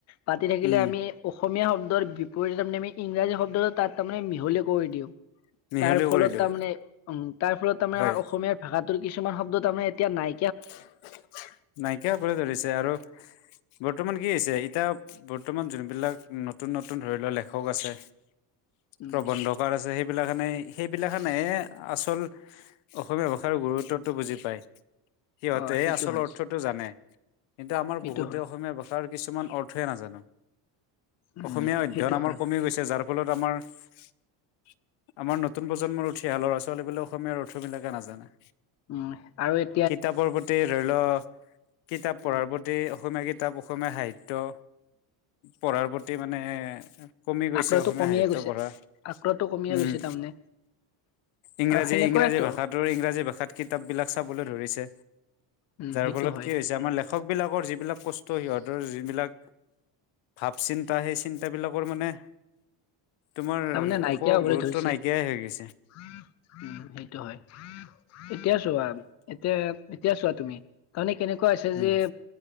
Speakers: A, on the left (about 35°); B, on the left (about 70°).
A: পাতি থাকিলে
B: উম
A: আমি অসমীয়া শব্দ দৰ বি ত ই যে তাৰ মানে আমি ইংৰাজী শব্দটো তাত তাৰে মিহলি কৰি দিওঁ,
B: মিহলিও
A: তাৰ ফলত
B: কৰিলো
A: তাৰ মানে উম, তাৰ ফলত তাৰমানে
B: হয়
A: আমাৰ অসমীয়াৰ ভাষাত ত কিছুমান শব্দ তাৰমানে এতিয়া নাই
B: <inaudible> নাইকিয়া হবলৈ ধৰিছে আৰু গো বৰ্তমান কি হৈছে এতিয়া বৰ্তমান যোনবিলাক নতুন -নতুন ধৰি লোৱা লেখক আছে
A: উম,
B: প্ৰবন্ধকাৰ আছে সেই এইবিলাখানে হেইবিলাখেনেহে আচল অসমীয়া ভাষাৰ গুৰুত্বটো বুজি পাই। সিহঁতেহে
A: অ', সেইটো
B: আচল
A: হয়,
B: অৰ্থটো জানে কিন্তু, আমাৰ
A: সেইটো
B: বহুতে
A: হয়,
B: অসমীয়া ভাষাৰ কিছুমান অৰ্থই নাজানে।
A: উম,
B: অসমীয়া অধ্যয়ন
A: সেইটো
B: আমাৰ
A: হয়।
B: কমি গৈছে যাৰ ফলত আমাৰ -আমাৰ নতুন প্ৰজন্মৰ উঠি অহা ল'ৰা -ছোৱালী বোলে অসমীয়াৰ অৰ্থবিলাকে নাজানে।
A: উম, আৰু এই
B: কিতাপৰ প্ৰতি ধৰি লওক কিতাপ পঢ়াৰ
A: উম,
B: প্ৰতি অসমীয়া কি কিতাপ অসমীয়া সাহিত্য, পঢ়াৰ প্ৰতি মানে কমি গৈছে
A: আগ্ৰহটো
B: অসমীয়া
A: কমিয়ে
B: সাহিত্য
A: গৈছে।
B: পঢ়া
A: আগ্ৰহটো কমিয়ে
B: উম
A: গৈছে তাৰমানে
B: ইংৰাজী-
A: আৰু সেনেকুৱাইতো।
B: ইংৰাজী ভাষাটো ইংৰাজী ভাষাত কিতাপ বিলাক চাবলৈ ধৰিছে।
A: উম,
B: যাৰ
A: সেইটো
B: ফলত
A: হয়।
B: কি হৈছে আমাৰ লেখক বিলাকৰ যিবিলাক ক ত'সিহঁতৰ যিবিলাক ভাৱ চিন্তা সেই চিন্তাবিলাকৰ মানে তোমাৰ
A: তাৰমানে নাইকিয়া
B: একো
A: হ'বলৈ
B: গুৰুত্ব
A: ধৰিছে,
B: নাইকিয়াই হৈ গৈছে।
A: উম, সেইটো হয় এতিয়া চোৱা এতিয়া এতিয়া চোৱা তুমি, তাৰমানে কেনেকুৱা কোৱা হৈছে
B: উম উম
A: যে